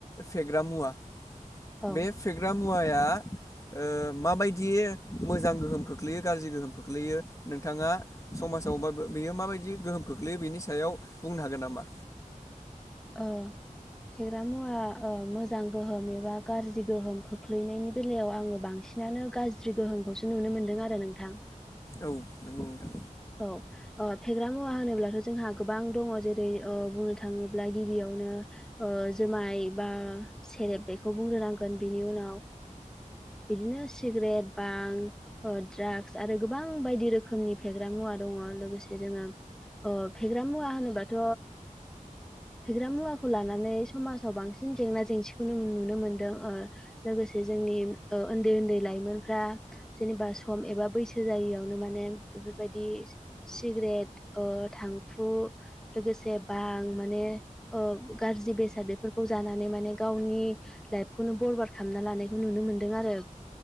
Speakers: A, on the left; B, in the centre.
A: फेग्रा मुवा
B: औ
A: बे फेग्रा मुवा मुवाया ओ माबायदिय मोजां गोहोम खोख्लैयो गाज्रि गोहोम खोख्लैयो नोंथाङा सम समासावबो बेयो माबायदि गोहोम खोख्लैयो बेनि सायाव बुंनो हागोन नामा
B: औ फेग्रा मुवा ओ मोजां गोहोम एबा गाज्रि गोहोम खोख्लैनायनि बेलायाव आङो बांसिन बांसिनानो गाज्रि गोहोमखौसो नुनो मोनदों आरो नोंथां
A: औ नंगौ नोंथां
B: औ फेग्रा मुवा होनोब्लाथ' जोंहा गोबां दङ जेरै बुंनो थाङोब्ला गिबियाव बेखौनो ओ जुमाइ बा सेरेब बेखौनो बुंग्रा नांगोन बिनि उन बिदिनो सिगेट बां द्रागस आरो गोबां बायदि रोखनि साग्रा मुवा दङ लोगोसे जोङो फेग्रा मुवा होनोबाथ' फेग्रा मुवाखौ लानानै समाजाव बांसिन जेंना जेंसिखौनो नुनो मोनदों ओ लोगोसे जोंनि उन्दै उन्दै लाइमोनफ्रा जेनेबा सम एबा बैसो जायियावनो माने बेफोरबायदि सिगारेट थांखु लोगोसे बां माने गाज्रि बेसाद बेफोरखौ जानानै माने गावनि लाइफखौनो बरबार खालामना लानाय खौ नुनो मोनदों आरो